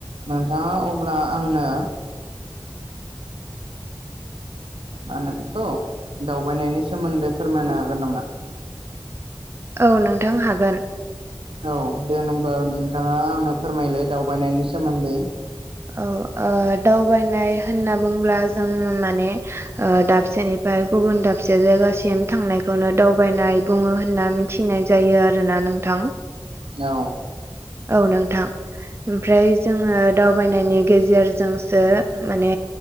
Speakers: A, on the right; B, on the right.
A: नोंथाङा अब्ला आंनो मा होनो बेखौ दावबायनायनि सोमोन्दै फोरमायनो हागोन नामा
B: औ नोंथां हागोन
A: औ दे होनबा नोंथाङा आंनो फोरमायलाय दावबायनायनि सोमोन्दै
B: औ ओ दावबायनाय होनना बुंब्ला जों माने दाबसेनि फ्राय गुबुन दाबसे जायगासिम थांनायखौनो दावबायनाय बुङो होनना मिथिनाय जायो आरोना नोंथां
A: औ
B: औ नोंथां ओमफ्राय जोङो दावबायनायनि गेजेरजोंसो माने